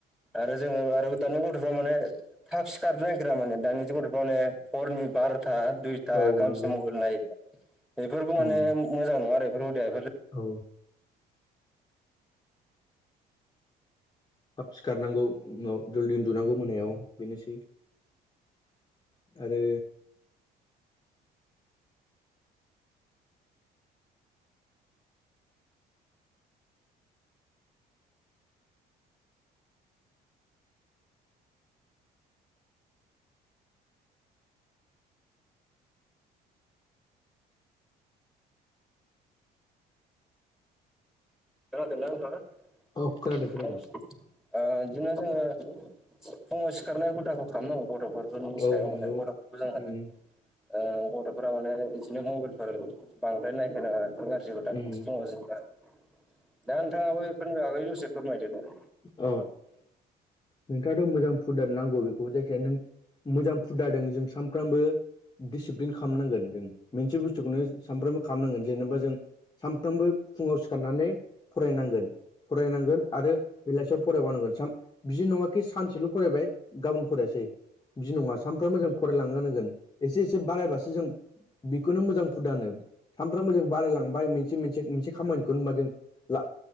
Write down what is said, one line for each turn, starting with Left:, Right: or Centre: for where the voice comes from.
Centre: आरो जोङो आरो दानि गथ'फ्रा माने थाब सिखारनो नागिरा माने दानि ज गथफ्र माने हरनि बार'था दुइथा
Left: औ
Centre: दा गामसे
Left: नंगौ
Centre: मबाइल नाय बेफोरखौ माने
Left: उम
Centre: मोजां नङा आरो बेफोर हुदाया
Left: औ थाब सिखारनांगौ उनाव जलदि उन्दुनांगौ मोनायाव बेनोसै आरो
Centre: खोना दोंना नोंथां आ
Left: औ खोनादों खोनादों
Centre: ओ बिदिनो जोङो फुङाव सिखारनाय हुदाखौ खालामनांगौ गथ। बर फोरनि
Left: औ
Centre: सायाव
Left: नंगौ
Centre: माने गथफोरखौ जों
Left: उम
Centre: ओ गथफोरा माने बिदिनो मबाइलफोर बांद्राय नायहो नाङा। गाज्रिखौदा
Left: उम
Centre: दङ जोबा दा नोंथाङाबो बेफोरनि आगै दसे फोरमायदो।
Left: औ नोंथाङाथ मोजां फुद नांगौ बेखौ जायखिजाया नों मोजां फुद जादों जों सानफ्रामबो दिसिप्लिन खालामनांगोन जों मोनसे बुस्थुखौनो सानफ्रोमबो खालामनांगोन जेनेबा जों सानफ्रोमबो फुङाव सिखारनानै फरायनांगोन फरायनांगोन आरो बेलासियाव फरायबानांगोन सान बिदि नङााखि सानसेल फरायबाय गाबोन फरायासै बिदि नङा सानफ्रोमबो जों फरायलांगोन होनांगोन एसे एसे बारायबासो जों बेखौनो मोजां हुदाहोनो। सानफ्रोमबो जों बारायलांबाय मोनसे मोनसे मोनसे खामानिखौनो होनबा जों ला